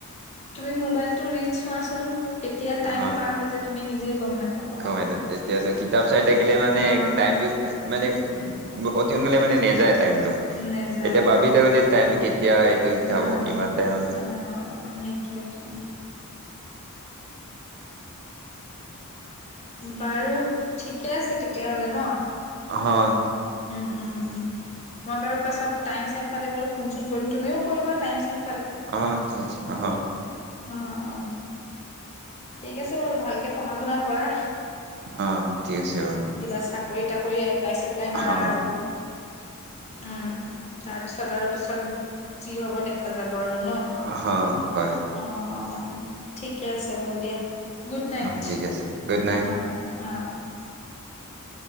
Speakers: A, on the left (about 30°); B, on the right (about 50°).
A: তুমি মোবাইলটো ৰিল্লছ চোৱাচোন। কেতিয়া
B: অহ,
A: টাইম পাৰ হৈ যায় তুমি নিজে গম নাপাবা।
B: কমেণ্টত তেতিয়াত কিতাপ চাই থাকিলে মানে
A: অ
B: টাইমটো মানে অতি সোনকালে মানে নেযায়। টাইমটো।
A: নেযায়
B: এতিয়া বাবি তাৱৈ যে টাইম কি এতিয়া এইটো যাব
A: অ
B: কিমান টাইমত
A: অ <unintelligible> বাৰু ঠিকে আছে তে তিয়া হ'লে ন
B: হন
A: উম উম উম। মই বাৰু পাছত টাইম-ছাইম পালে বাৰু ফোন-চোন কৰিম। তুমিও কৰিবা টাইম-ছাইম
B: অ', ঠিক আছে, অ'।
A: অ', অ'। ঠিক আছে বাৰু, ভালকে পঢ়া-শুনা কৰা
B: অ ঠিক আছে বাৰু
A: কিবা চাকৰিত তাকৰি এপ্লাই পিলে মা
B: অ
A: আৰু উম, তাৰপিছত আৰু পিছত যি হ'ব দেখা যাব। বাৰু ন'
B: অ হয়
A: অ', অ'। ঠিকে আছে বাৰু দিয়া। গুড নাইট
B: অ ঠিক আছে গুড নাইট
A: অ', অ'। <inaudible>